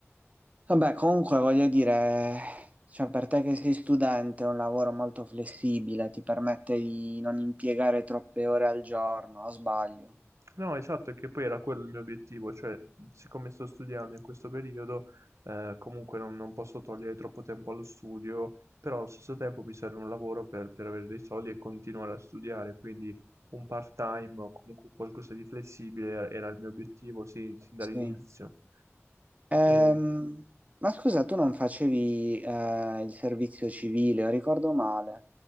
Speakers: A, on the right; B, on the right.
A: Vabbè, comunque voglio dire, cioè per te che sei studente è un lavoro molto flessibile, ti permette di non impiegare troppe ore al giorno, o sbaglio?
B: No, esatto, e che poi era quello il mio obiettivo, cioè siccome sto studiando in questo periodo, eh, comunque non, non posso togliere troppo tempo allo studio, però allo stesso tempo mi serve un lavoro per, per avere dei soldi e continuare a studiare, quindi un part-time o comunque qualcosa di flessibile era era il mio obiettivo sin, sin dall'inizio.
A: Sì. Ehm,
B: E,
A: ma scusa, tu non facevi eh, il servizio civile, o ricordo male,